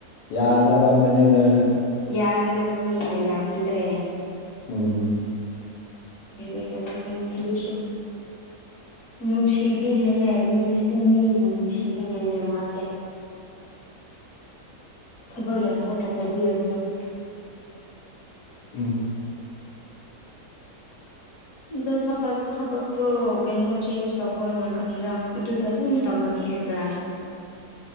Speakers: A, on the left; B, on the left.
A: ꯌꯥꯗꯕ ꯃꯥꯅꯦꯖꯔꯅ
B: ꯌꯥꯒꯗꯕ ꯃꯤꯅ ꯌꯥꯕꯤꯗ꯭ꯔꯦ
A: ꯎꯝ
B: ꯔꯣꯏꯗꯕꯥ ꯃꯤꯅꯦ ꯗꯨꯁꯨ ꯅꯨꯡꯁꯤꯕꯤꯗꯦꯅꯦ ꯃꯤꯁ ꯃꯤꯕꯨ ꯅꯨꯡꯁꯤꯕꯤꯗꯦꯅꯦ ꯃꯥꯁꯦ ꯊꯕꯛ ꯌꯥꯝ ꯀꯟꯅ ꯇꯧꯕꯤꯔꯣꯏ <inaudible>
A: ꯎꯝ
B: ꯑꯗꯣ ꯊꯕꯛ ꯊꯕꯛꯇꯣ ꯀꯩꯅꯣ ꯆꯦꯟꯖ ꯇꯧꯈ꯭ꯔꯣꯅ ꯀꯔꯤꯔꯥ ꯑꯗꯨꯗ ꯑꯗꯨꯝ ꯇꯧꯔꯥ ꯀꯦ ꯍꯦꯕ꯭ꯔꯥ